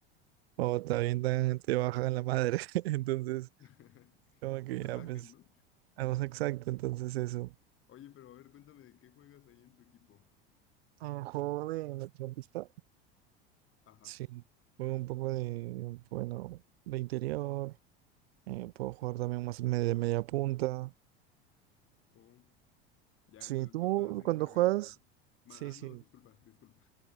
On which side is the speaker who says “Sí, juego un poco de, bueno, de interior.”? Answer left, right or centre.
Right